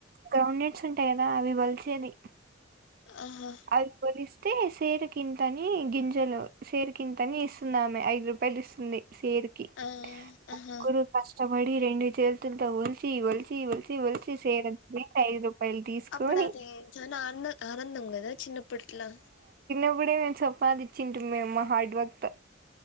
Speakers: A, on the right; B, on the left.
A: గ్రౌం నెట్ నట్స్ ఉంటాయి కదా అవి వలిసేది
B: ఆహా
A: అది వొలిస్తే అతే సేరు కంతని గింజలు సేరు కంతని ఇస్తున్నామే ఐదు రూ పలిస్తుంది సేరుకి
B: ఆ
A: ముగ్గురు
B: ఆహా
A: కష్టపడి రెండు చేతుల్తో ఒలిచి ఒలిచి ఒలిచి ఒలిచి సేరంత చేసి ఐదు రూపాయలు తీసుకొని
B: అప్పుడు అది జనా ఆ ఆనందం కదా చిన్నప్పటిలా
A: ఇప్పుడే మేము సంపాదించితిమి మేము వర్క్ తో